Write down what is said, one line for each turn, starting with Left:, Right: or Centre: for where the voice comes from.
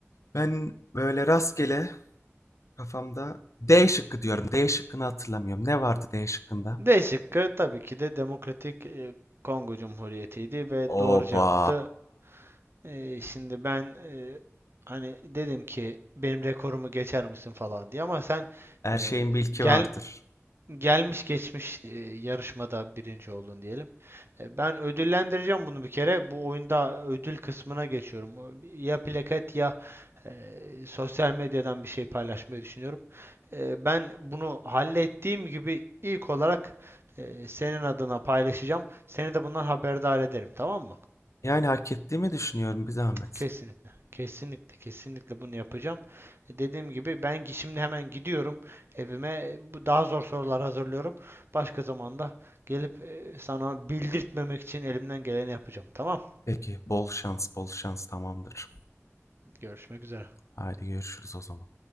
Left: Ben böyle rastgele kafamda D şıkkı diyorum. D şıkkını hatırlamıyorum. Ne vardı D şıkkında?
Right: D şıkkı tabii ki de Demokratik e, Kongo Cumhuriyeti'ydi ve
Left: Oba.
Right: doğru cevaptı. Ee, şimdi ben e, hani dedim ki benim rekorumu geçer misin falan diye ama sen
Left: Her
Right: e,
Left: şeyin bilki
Right: gel
Left: vardır.
Right: gelmiş geçmiş e, yarışmada birinci oldun diyelim. E, Ben ödüllendireceğim bunu bir kere. Bu oyunda ödül kısmına geçiyorum. O bir- Ya plaket ya e, sosyal medyadan bir şey paylaşmayı düşünüyorum. E, ben bunu hallettiğim gibi ilk olarak e, senin adına paylaşacağım. Seni de bundan haberdar ederim, tamam mı?
Left: Yani hak ettiğimi düşünüyorum bir zahmet.
Right: Kesinlikle. Kesinlikle, kesinlikle bunu yapacağım. E, dediğim gibi ben gi- şimdi hemen gidiyorum evime. E, Bu daha zor sorular hazırlıyorum. Başka zamanda gelip e, sana bildirtmemek için elimden geleni yapacağım. Tamam?
Left: Peki bol şans bol şans tamamdır.
Right: Görüşmek üzere.
Left: Haydi görüşürüz o zaman.